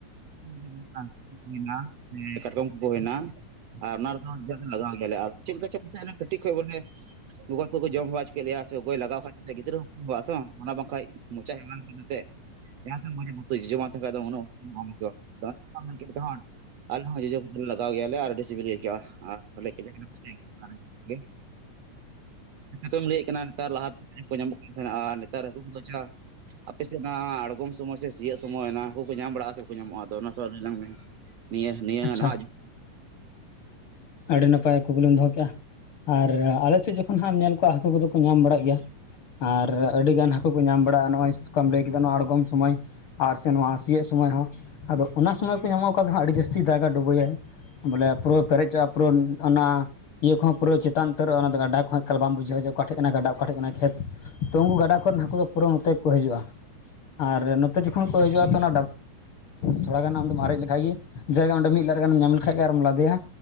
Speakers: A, on the right; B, on the left.
A: <unintelligible> ᱦᱩᱭᱱᱟ ᱠᱟᱴᱠᱚᱢ ᱦᱩᱭ ᱱᱟ ᱠᱟᱴᱠᱚᱢ ᱦᱩᱭᱱᱟ ᱟᱨ ᱚᱱᱟ ᱨᱮᱫᱚ ᱡᱚᱡᱚ ᱞᱮ ᱞᱟᱜᱟᱣ ᱜᱮᱭᱟᱞᱮ ᱟᱨ ᱪᱮᱫ ᱞᱮᱠᱟ ᱪ ᱯᱟᱥᱮᱜ ᱠᱟᱹᱴᱤᱡ ᱠᱷᱚᱡ ᱵᱚᱞᱮ ᱜᱚᱜᱚ ᱠᱚᱠᱚ ᱡᱚᱢ ᱦᱮᱣᱟ ᱦᱚᱪᱚ ᱠᱮᱫ ᱞᱮᱭᱟ ᱥᱮ ᱜᱚᱭ ᱞᱟᱜᱟᱣ ᱠᱷᱟᱱᱛᱮ ᱜᱤᱫᱽᱨᱟᱹ ᱦᱚᱸᱠᱚᱜᱼᱟ ᱛᱚ ᱚᱱᱟ ᱵᱟᱝᱠᱷᱟᱡ ᱢᱚᱪᱟ <unintelligible> ᱡᱟᱦᱟᱛᱤᱱᱹᱜ ᱢᱚᱡᱽ ᱮᱢ ᱩᱛᱩᱭ ᱡᱚᱡᱚ ᱵᱟᱝ ᱛᱟᱦᱮᱱ ᱠᱷᱟᱡ ᱫᱚ <unintelligible> <unintelligible> <unintelligible> ᱟᱞᱮ ᱦᱚᱸ ᱡᱚᱡᱚ ᱠᱚᱫᱚᱞᱮ ᱞᱟᱜᱟᱣ ᱜᱮᱭᱟᱞᱮ ᱟᱨ ᱟᱹᱰᱤ ᱥᱤᱵᱤᱞ ᱜᱮ ᱟᱹᱭᱠᱟᱹᱜᱼᱟ ᱟᱨᱞᱮ ᱠᱷᱮᱡᱟ <unintelligible> ᱠᱩᱥᱤᱭ ᱜᱮᱭᱟ ᱜᱮᱜ ᱟᱪᱪᱷᱟ ᱛᱚᱢ ᱞᱟᱹᱭᱮᱫ ᱠᱟᱱᱟ ᱱᱮᱛᱟᱨ ᱞᱟᱦᱟᱛᱮᱫ ᱪ ᱠᱚ ᱧᱟᱢᱚᱜ ᱠᱟᱱ ᱛᱟᱦᱮᱸᱱᱟ ᱟᱨ ᱱᱮᱛᱟᱨ ᱦᱟᱹᱠᱩ ᱠᱚ ᱟᱪᱷᱟ ᱟᱯᱮ ᱥᱮᱫ ᱚᱱᱟ ᱟᱬᱜᱚᱢ ᱥᱚᱢᱚᱭ ᱥᱮ ᱥᱤᱭᱳᱜ ᱥᱚᱢᱚᱭ ᱚᱱᱟ ᱦᱟᱹᱠᱩ ᱠᱚ ᱧᱟᱢ ᱵᱟᱲᱟᱜᱼᱟ ᱥᱮ ᱧᱟᱢᱚᱜᱼᱟ ᱟᱫᱚ ᱚᱱᱟ ᱛᱚ ᱞᱟᱹᱭᱞᱟᱝ ᱢᱮ ᱱᱤᱭᱟᱹ ᱱᱤᱭᱟᱹ
B: ᱟᱪᱪᱷᱟ
A: ᱱᱟᱦᱟᱜ ᱡᱩᱜᱽ
B: ᱟᱹᱰᱤ ᱱᱟᱯᱟᱭ ᱠᱩᱠᱞᱤᱢ ᱫᱚᱦᱚ ᱠᱮᱫᱮᱜᱼᱟ ᱟᱨ ᱟᱞᱮ ᱥᱮᱫ ᱡᱚᱠᱷᱚᱱ ᱦᱟᱸᱜ ᱮᱢ ᱧᱮᱞ ᱠᱚᱜᱣᱟ ᱦᱟᱹᱠᱩ ᱠᱚᱫᱚ ᱠᱚ ᱧᱟᱢ ᱵᱟᱲᱟᱜ ᱜᱮᱭᱟ᱾ ᱟᱨ ᱟᱹᱰᱤᱜᱟᱱ ᱦᱟᱹᱠᱩ ᱠᱚ ᱧᱟᱢ ᱵᱟᱲᱟᱜᱼᱟ ᱱᱚᱜᱼᱚᱭᱠᱟᱢ ᱞᱟᱹᱭ ᱠᱮᱫᱟ ᱱᱚᱣᱟ ᱟᱬᱜᱚᱢ ᱥᱚᱢᱚᱭ᱾ ᱟᱨ ᱥᱮ ᱱᱚᱣᱟ ᱦ ᱥᱤᱭᱟᱹᱜ ᱥᱚᱢᱚᱭ ᱦᱚᱸ ᱟᱫᱚ ᱚᱱᱟ ᱥᱚᱢᱚᱭ ᱠᱚ ᱧᱟᱢᱚᱜ ᱠᱟᱫᱟ ᱟᱹᱰᱤ ᱡᱟᱹᱥᱛᱤ ᱡᱟᱭᱜᱟ ᱰᱩᱵᱟᱹᱭᱟᱭ᱾ ᱵᱚᱞᱮ ᱯᱩᱨᱟᱹ ᱯᱮᱨᱮᱡᱚᱜᱼᱟ ᱯᱩᱨᱟᱹ ᱚᱱᱟ ᱤᱭᱟᱹ ᱠᱚᱦᱚᱸᱯᱩᱨᱟᱹ ᱪᱮᱛᱟᱱ ᱩᱛᱟᱹᱨᱚᱜᱼᱟ ᱚᱱᱟ ᱜᱟᱰᱟ ᱮᱠᱟᱞ ᱵᱟᱢ ᱵᱩᱡᱷᱟᱹᱣᱼᱟ ᱚᱠᱟᱴᱷᱮᱡ ᱠᱟᱱᱟ ᱜᱟᱰᱟ ᱚᱠᱟᱴᱷᱮᱡ ᱠᱟᱱᱟ ᱠᱷᱮᱛ᱾ ᱛᱚ ᱩᱱᱠᱩ ᱜᱟᱰᱟ ᱠᱚᱨᱮᱱ ᱦᱟᱹᱠᱩ ᱫᱚ ᱯᱩᱨᱟᱹ ᱱᱚᱛᱮ ᱠᱚ ᱦᱤᱡᱩᱜᱼᱟ ᱟᱨ ᱱᱚᱛᱮ ᱡᱚᱠᱷᱚᱱ ᱠᱚ ᱦᱤᱡᱩᱜᱼᱟ ᱛᱚ ᱚᱱᱟ ᱛᱷᱚᱲᱟ ᱜᱟᱱ ᱟᱫᱚᱢ ᱟᱨᱮᱡ ᱞᱮᱠᱷᱟᱡ ᱜᱮ ᱡᱟᱭᱜᱟ ᱚᱰᱮ ᱢᱤᱫ ᱞᱟᱫ ᱜᱟᱱ ᱧᱟᱢ ᱞᱮᱠᱷᱟᱡ ᱜᱮ ᱟᱨᱨᱢ ᱞᱟᱫᱮᱭᱟ᱾